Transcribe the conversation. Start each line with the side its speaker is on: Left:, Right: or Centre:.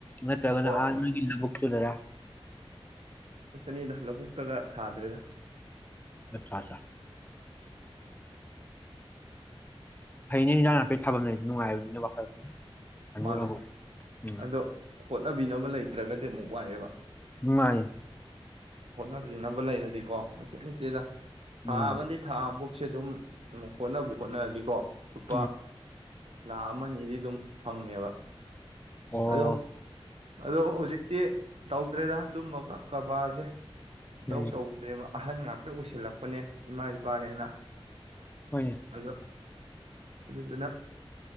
Left: ꯅꯠꯇ꯭ꯔꯒꯅ
Right: ꯍꯣꯏ
Left: ꯑꯥ ꯃꯤꯒꯤ ꯂꯧꯕꯨꯛꯇꯨꯗꯔ
Right: ꯅꯤꯗ ꯂꯧꯕꯨꯛꯇꯒ ꯊꯥꯗ꯭ꯔꯦꯗ
Left: ꯑꯠꯆꯥ ꯑꯠꯆꯥ ꯐꯩꯅꯦ ꯏꯟꯖꯥꯡ ꯅꯥꯄꯤ ꯊꯥꯐꯝ ꯂꯩꯗꯨ ꯅꯨꯡꯉꯥꯏꯕꯅꯤꯅꯦ ꯋꯥꯈꯜ <unintelligible>
Right: ꯃꯥꯅꯦ
Left: ꯎꯝ
Right: ꯑꯗꯣ ꯍꯣꯠꯅꯕꯤꯅꯕ ꯂꯩꯇ꯭ꯔꯒꯗꯤ ꯑꯃꯨꯛ ꯋꯥꯏꯑꯦꯕ
Left: ꯃꯥꯅꯦ
Right: ꯍꯣꯠꯅꯕꯤꯅꯕ ꯂꯩꯔꯗꯤꯀꯣ ꯑꯁꯨ ꯅꯠꯇꯦꯗ ꯊꯥ
Left: ꯎꯝ
Right: ꯑꯃꯗꯤ ꯊꯥ ꯑꯝꯕꯨ ꯁꯦ ꯑꯗꯨꯝ ꯍꯣꯠꯅꯕꯨ ꯍꯣꯠꯅꯔꯗꯤ ꯀꯣ ꯎꯄꯥ
Left: ꯎꯝ
Right: ꯂꯥꯛ ꯑꯃ ꯅꯤꯗꯤꯗꯨꯝ ꯐꯪꯉꯦꯕ
Left: ꯑꯣ
Right: ꯑꯗꯣ ꯑꯗꯣ ꯍꯧꯖꯤꯛꯇꯤ ꯇꯧꯗ꯭ꯔꯦꯗ ꯗꯨꯝꯕꯒ ꯀꯕꯥꯔꯖꯦ ꯏꯇꯧ
Left: ꯎꯝ
Right: ꯇꯧꯗꯦꯕ ꯑꯍꯟ ꯉꯥꯛꯇ ꯎꯁꯤꯜꯂꯛꯄꯅꯦ ꯏꯃꯥ ꯏꯄꯥꯅꯦꯅ
Left: ꯍꯣꯏꯅꯦ
Right: ꯑꯗꯣ ꯑꯗꯨꯗꯨꯅ